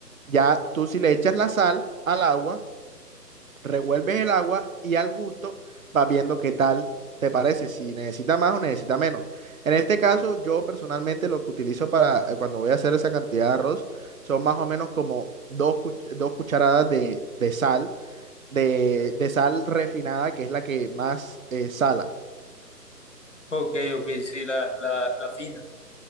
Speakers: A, on the right (about 55°); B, on the left (about 45°).
A: Ya tú si le echas la sal al agua, revuelves el agua y al gusto vas viendo qué tal te parece, si necesita más o necesita menos. En este caso, yo personalmente lo que utilizo para eh, cuando voy a hacer esa cantidad de arroz son más o menos como dos, cuch- dos cucharadas de, de sal, de, de sal refinada, que es la que más eh, sala.
B: ok, ok, sí, la, la, la fina.